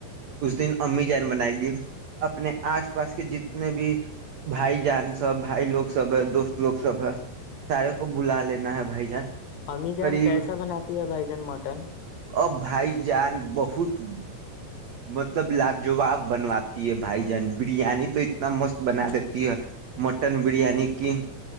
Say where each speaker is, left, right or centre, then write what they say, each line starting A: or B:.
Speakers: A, on the right; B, on the left.
A: اس دن امی جان بنائے گی اپنے آس پاس کے جتنے بھی بھائی جان سب بھائی لوگ سب ہے دوست لوگ سب ہے سارے کو بلا لینا ہے بھائی جان
B: امی جان
A: قریب
B: کیسا بناتی ہے بھائی جان مٹن
A: ا بھائی جان بہت مطلب لاجواب بنواتی ہے بھائی جان بریانی تو اتنا مست بنا دیتی ہے مٹن بریانی کی